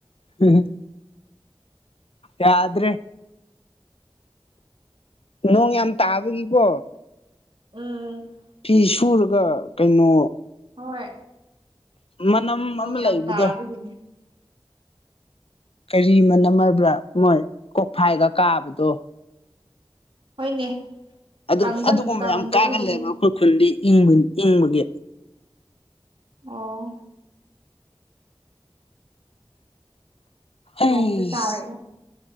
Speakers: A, on the left; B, on the right.
A: <unintelligible> ꯌꯥꯗ꯭ꯔꯦ ꯅꯣꯡ ꯌꯥꯝ ꯇꯥꯕꯒꯤꯀꯣ
B: ꯎꯝ
A: ꯐꯤ ꯁꯨꯔꯒ ꯀꯩꯅꯣ
B: ꯍꯣꯏ
A: ꯃꯅꯝ
B: ꯅꯣꯡ
A: ꯑꯃ
B: ꯌꯥꯝ
A: ꯂꯩꯕꯗꯣ
B: ꯇꯥꯕꯒꯤꯅꯤ
A: ꯀꯔꯤ ꯃꯅꯝ ꯍꯥꯏꯕ꯭ꯔꯥ ꯃꯣꯏ ꯀꯣꯛꯐꯥꯏꯒ ꯀꯥꯕꯗꯣ
B: ꯍꯣꯏꯅꯦ
A: ꯑꯗꯨ
B: ꯀꯪꯕ
A: ꯑꯗꯨꯒꯨꯝꯕ
B: ꯀꯪꯗꯕꯒꯤꯅꯦ
A: ꯌꯥꯝ ꯀꯥꯒꯜꯂꯦꯕ ꯑꯩꯈꯣꯏ ꯈꯨꯟꯗꯤ ꯏꯪꯕ ꯏꯪꯕꯒꯤ
B: ꯑꯣ ꯅꯣꯡꯁꯨ
A: ꯑꯩꯁ
B: ꯇꯥꯔꯛꯑꯦ